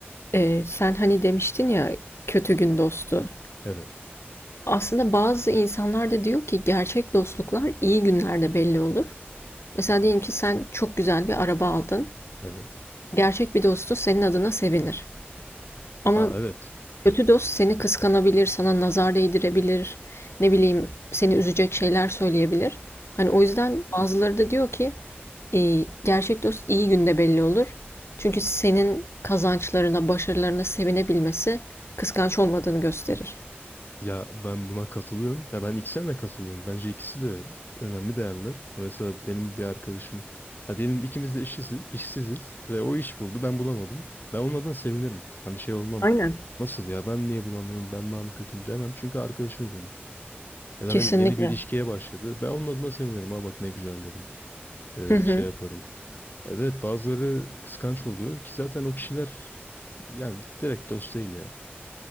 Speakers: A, on the left; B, on the left.
A: Ee, sen hani demiştin ya kötü gün dostu.
B: Evet.
A: Aslında bazı insanlar da diyor ki gerçek dostluklar iyi günlerde belli olur. Mesela diyelim ki sen çok güzel bir araba aldın.
B: Evet.
A: Gerçek bir dostu senin adına sevinir. Ama
B: Aa evet.
A: kötü dost seni kıskanabilir, sana nazar değdirebilir, ne bileyim seni üzecek şeyler söyleyebilir. Hani o yüzden bazıları da diyor ki Ee, gerçek dost iyi günde belli olur. Çünkü senin kazançlarına, başarılarına sevinebilmesi kıskanç olmadığını gösterir.
B: Ya ben buna katılıyorum. Ya ben ikisine de katılıyorum. Bence ikisi de önemli değerler. Mesela benim bir arkadaşım, ha diyelim ikimiz de işsiz, işsiziz ve o iş buldu, ben bulamadım. Ben onun adına sevinirim. Hani şey olmam.
A: Aynen.
B: Nasıl ya ben niye bulamıyorum, ben daha mı kötüyüm demem çünkü arkadaşım o benim. Ya da
A: Kesinlikle.
B: ne bileyim yeni bir ilişkiye başladı. Ben onun adına sevinirim. Ha bak ne güzel derim. Ee,
A: Hı hı.
B: şey yaparım. Evet bazıları kıskanç oluyor ki zaten o kişiler yani direkt dost değil ya.